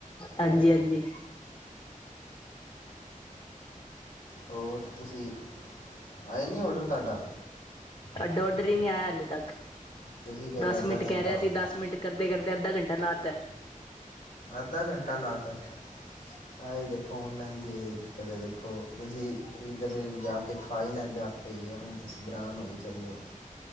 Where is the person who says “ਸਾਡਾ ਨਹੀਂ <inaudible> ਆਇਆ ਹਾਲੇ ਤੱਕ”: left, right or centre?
Left